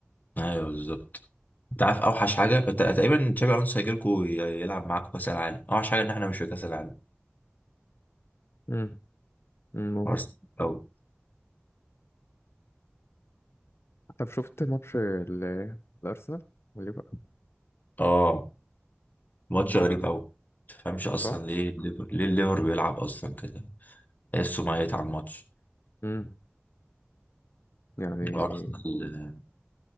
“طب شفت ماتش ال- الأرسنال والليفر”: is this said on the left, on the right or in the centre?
Left